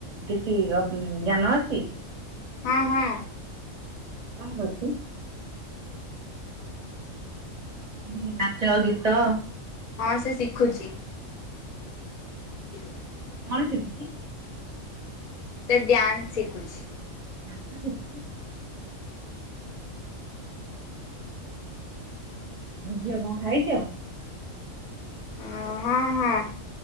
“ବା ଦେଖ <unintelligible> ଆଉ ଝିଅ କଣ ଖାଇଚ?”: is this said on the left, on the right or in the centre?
Right